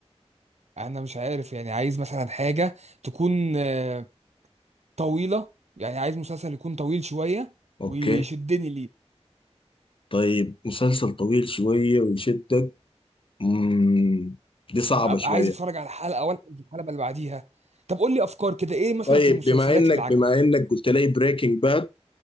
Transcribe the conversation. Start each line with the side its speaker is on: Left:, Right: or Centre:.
Right: انا مش عارف يعني عايز مثلا حاجه تكون آه، طويله يعني عايز مسلسل يكون طويل شويه
Left: اوكي
Right: ويشدني ليه
Left: طيب مسلسل طويل شويه ويشدك امم دي صعبه
Right: اه ابقى
Left: شويه
Right: عايز اتفرج على الحلقه ولا الحلقه اللي بعديها طب قول لي افكار كده ايه مثلا
Left: طيب
Right: في المسلسلات
Left: بما انك
Right: اللي عجبك
Left: بما انك قلت لي بريكنج باد